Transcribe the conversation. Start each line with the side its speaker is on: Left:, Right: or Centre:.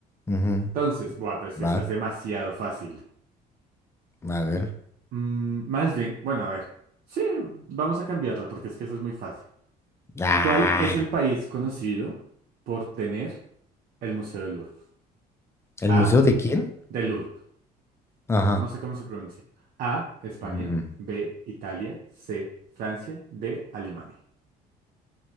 Left: Ujú,
Right: Entonces, buah, pero es
Left: Va,
Right: que esta es demasiado fácil.
Left: a ver.
Right: Mm, más bien, bueno, a ver. Sí, vamos a cambiarla porque es que eso es muy fácil.
Left: Ah,
Right: ¿Cuál es el país conocido por tener el Museo del Louvre?
Left: ¿el
Right: A,
Left: museo de quién?
Right: del Louvre.
Left: Ajá.
Right: No sé cómo se pronuncia. A, España.
Left: Mm,
Right: B, Italia. C, Francia. D, Alemania.